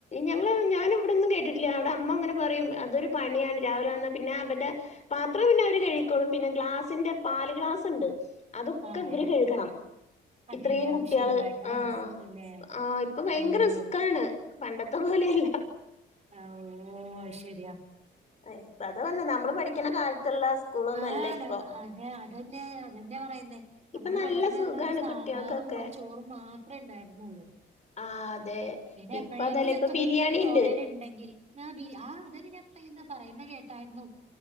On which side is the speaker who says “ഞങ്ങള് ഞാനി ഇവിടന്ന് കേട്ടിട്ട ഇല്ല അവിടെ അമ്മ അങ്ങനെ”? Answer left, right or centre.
Left